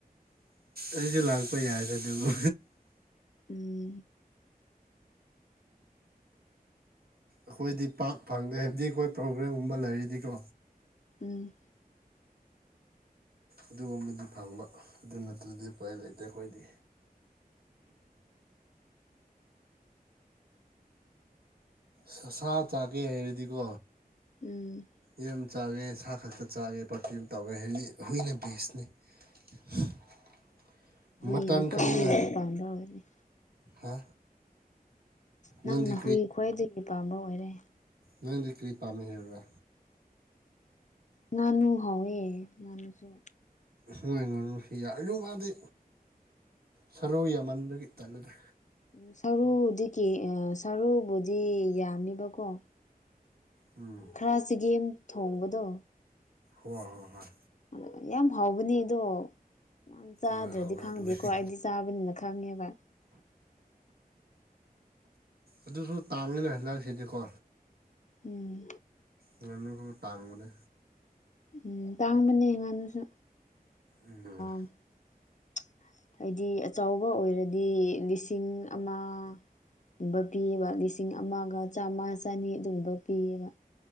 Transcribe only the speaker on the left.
ꯎꯝ
ꯎꯝ
ꯎꯝ
<unintelligible>
ꯄꯥꯝꯗ ꯑꯣꯏꯔꯅꯤ
ꯅꯪꯅ ꯍꯨꯏ ꯈ꯭ꯋꯥꯏꯗꯒꯤ ꯄꯥꯝꯕ ꯑꯣꯏꯔꯦ
ꯉꯥꯅꯨ ꯍꯧꯋꯦ ꯉꯥꯅꯨꯁꯨ
ꯎꯝ ꯁꯔꯨꯗꯒꯤ ꯑ ꯁꯔꯨꯕꯨꯗꯤ ꯌꯥꯝꯃꯤꯕꯀꯣ
ꯈꯔ ꯆꯒꯦꯝ ꯊꯣꯡꯕꯗꯣ
ꯑꯗ ꯌꯥꯝ ꯍꯥꯎꯕꯅꯦ ꯑꯗꯣ ꯅꯪ ꯆꯥꯗ꯭ꯔꯗꯤ
ꯈꯪꯗꯦꯀꯣ
ꯑꯩꯗꯤ ꯆꯥꯕꯅꯤꯅ ꯈꯪꯉꯦꯕ
ꯎꯝ
ꯎꯝ ꯇꯥꯡꯕꯅꯦ ꯉꯥꯅꯨꯁꯨ
<inaudible> ꯍꯥꯏꯗꯤ ꯑꯆꯧꯕ ꯑꯣꯏꯔꯗꯤ ꯂꯤꯁꯤꯡ ꯑꯃ ꯕꯨꯝꯕ ꯄꯤꯑꯦꯕ ꯂꯤꯁꯤꯡ ꯑꯃꯒ ꯆꯥꯝꯃꯥ ꯆꯅꯤ ꯑꯗꯨꯒꯨꯝꯕ ꯄꯤꯌꯦꯕ